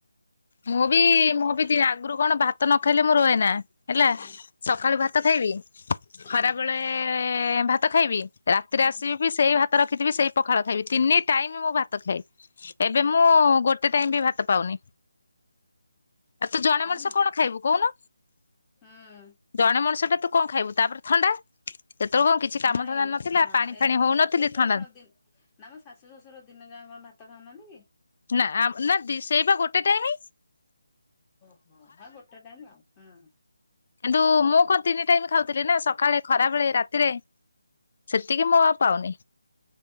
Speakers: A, on the left; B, on the left.
A: ମୁଁ ବି ମୁଁ ବି <unintelligible> ଆଗରୁ କଣ ଭାତ ନ ଖାଇଲେ ମୁଁ ରୁହେ ନା। ହେଲା
B: ହୁଁ
A: ସକାଳୁ
B: ହୁଁ
A: ଭାତ ଖାଇବି
B: ହୁଁ।
A: ଖରା ବଳେ ଭାତ ଖାଇବି ରାତିରେ
B: ହୁଁ
A: ଆସିବି ବି ସେଇ ଭାତ ରଖିଥିବି ସେଇ ପଖାଳ ଖାଇବି ତିନି ଟାଇମ୍ ମୋ ଭାତ ଭାତ ଖାଏ ଏବେ
B: ହୁଁ
A: ମୁଁ ଗୋଟେ ଟାଇମ୍ ବି ଭାତ ପାଉନି। ଆଉ ତୁ ଜଣେ
B: ଖାଉନ
A: ମଣିଷ କଣ ଖାଇବୁ କହୁନୁ?
B: ହୁଁ।
A: ଜଣେ ମଣିଷଟା ତୁ କଣ ଖାଇବୁ ତାପରେ ଥଣ୍ଡା। <unintelligible> କିଛି କାମ
B: ନାଇଁ
A: ଧନ୍ଦା ନଥିଲା
B: ହଁ
A: ପାଣି
B: ଏ
A: ଫାଣି
B: ତମ
A: ହଉନଥିଲି
B: ଶାଶୁ ଶ୍ୱଶୁର
A: ଥଣ୍ଡା
B: କଣ ଦି ନା ମୋ ଶାଶୁ ଶଶୁର ଦିନ ଯାଁଏ କଣ ଭାତ ଖାଉନାହାନ୍ତି କି।
A: ନା ନା ଦି ସେଇ ବା ଗୋଟେ ଟାଇମ୍।
B: ଓହୋ ହଁ ଗୋଟେ ଟାଇମ୍ ଆଉ ହଁ।
A: କିନ୍ତୁ ମୁଁ କଣ ତିନି ଟାଇମ୍ ଖାଉଥିଲି ନା ସକାଳେ ଖରାବେଳେ ରାତିରେ ସେତିକି ମୁଁ ଆଉ ପାଉନି।